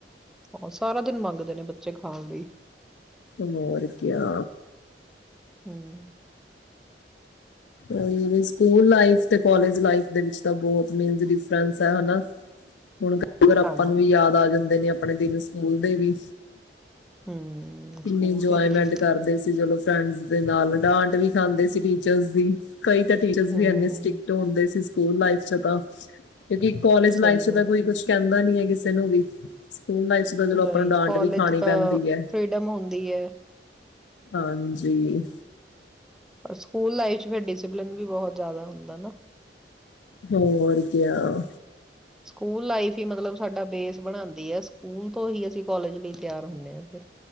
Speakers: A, in the centre; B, on the left.
A: ਆਹੋ ਸਾਰਾ ਦਿਨ ਮੰਨਦੇ ਨੇ ਬੱਚੇ ਖਾਣ ਲਈ।
B: ਤੇਨੂੰ ਹੋਰ ਕਿਆ
A: ਹਮ
B: ਔ ਵੀ ਵੀ ਸਕੂਲ ਲਾਈਫ ਤੇ ਕਾਲਜ ਲਾਈਫ ਦੇ ਵਿੱਚ ਤਾਂ ਬੋਤ ਮੀਨਸ ਡਿਫਰੈਂਸ ਐ, ਹੈਨਾ। ਹੁਣ ਅਗਰ ਆਪਾਂ
A: ਹਾਂਜੀ
B: ਨੂੰ ਵੀ ਯਾਦ
A: ਤਾਂ
B: ਆ ਜਾਂਦੇ ਨੇ ਅਪਣੇ ਦਿਨ ਔ ਸਮੂਲ ਦੇ ਵੀ
A: ਹਮ
B: ਕਿੰਨੀ
A: ਸਕੂਲ
B: ਇੰਜੋਏਮੈਂਟ
A: ਦੇ ਦਿਨ
B: ਕਰਦੇ ਸੀ ਜਲੋ ਫਰੈਂਡਸ ਦੇ ਨਾਲ ਡਾਂਟ ਵੀ ਖਾਂਦੇ ਸੀ ਟੀਚਰਸ ਦੀ ਕਈ ਤਾਂ ਟੀਚਰਸ ਵੀ
A: ਹਮ
B: ਇੰਨੇ ਸਟ੍ਰਿਕਟ ਹੁੰਦੇ ਸੀ ਸਕੂਲ ਲਾਈਫ ਚ ਤਾਂ ਕਿਉਂਕਿ ਕੋਲੇਜ
A: ਸਹੀ
B: ਲਾਈਫ ਚ
A: ਗੱਲ
B: ਤਾਂ ਕੋਈ ਕੁੱਛ ਕੈਂਦਾ ਨੀ ਐ ਕਿ ਸੇ ਨੂੰ ਵੀ। ਸਕੂਲ ਲਾਈਫ ਚ ਤਾਂ ਜਦੋਂ
A: ਨਹੀਂ
B: ਆਪਾਂ ਨੂੰ ਡਾਂਟ
A: ਕਾਲਜ
B: ਵੀ ਖਾਣੀ
A: ਤਾਂ
B: ਪੈਂਦੀ ਐ।
A: ਫ੍ਰੀਡਮ ਹੁੰਦੀ ਹੈ
B: ਹਾਂਜੀ।
A: ਪਰ ਸਕੂਲ ਲਾਈਫ ਚ ਫਿਰ ਡਿਸਪਲਿਨ ਵੀ ਬੋਹੋਤ ਜ਼ਿਆਦਾ ਹੁੰਦਾ ਨਾ।
B: ਹੋਰ ਕਿਆ।
A: ਸਕੂਲ ਲਾਈਫ ਈ ਮਤਲਬ ਸਾਡਾ ਬੇਸ ਬਣਾਦੀ ਐ। ਸਕੂਲ ਤੋਂ ਹੀ ਅਸੀਂ ਕੋਲਜ ਲਈ ਤਿਆਰ ਹੁੰਨੇ ਆਂ ਫਿਰ